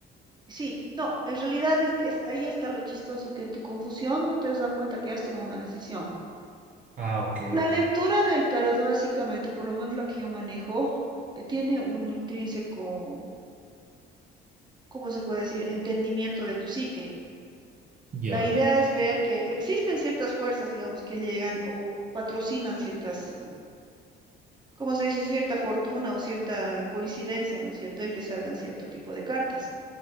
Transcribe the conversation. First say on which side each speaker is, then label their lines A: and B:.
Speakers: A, on the right; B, on the right.
A: Sí, no, en realidad es que es- ahí está lo chistoso, que en tu confusión no te has dado cuenta que has tomado una decisión.
B: Ah, ok,
A: La lectura del tarot, básicamente, por lo menos la que yo manejo, eh, tiene un intrínseco, ¿cómo se puede decir?, entendimiento de tu psique.
B: ya,
A: La idea es Ya. ver que existen ciertas fuerzas, digamos, que llegan o patrocinan ciertas, eh, ¿cómo se dice?, cierta fortuna o cierta coincidencia, ¿no es cierto?, en que salgan cierto tipo de cartas.